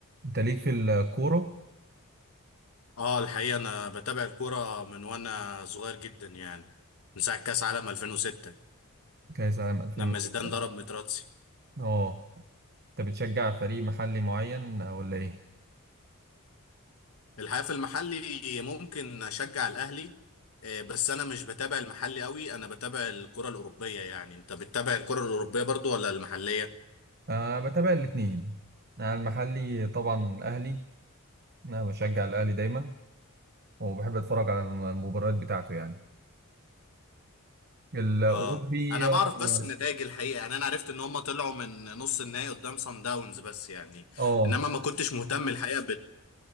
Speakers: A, on the right; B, on the left.
A: انت ليك في الكورة
B: اه الحقيقة انا بتابع الكورة من وانا صغير جدا يعني من ساعة كأس عالم 2006
A: كأس عام 2006
B: لما زيدان ضرب متراتسي
A: اه انت بتشجع فريق محلي معين ولا ايه؟
B: الحقيقة في المحلي ممكن اشجع الاهلي آه، بس انا مش بتابع المحلي قوي انا بتابع الكرة الاوروبية يعني انت بتتابع الكرة الاوروبية برضو ولا المحلية
A: أه بتابع الاتنين انا المحلي طبعا الاهلي انا بشجع الاهلي دايما وبحب اتفرج على المباريات بتاعته يعني الاوروبي
B: اه انا بعرف
A: اه
B: بس النتائج الحقيقة يعني انا عرفت ان هم طلعوا من نص النهائي قدام سان داونز بس يعني
A: آه،
B: انما ما كنتش مهتم الحقيقة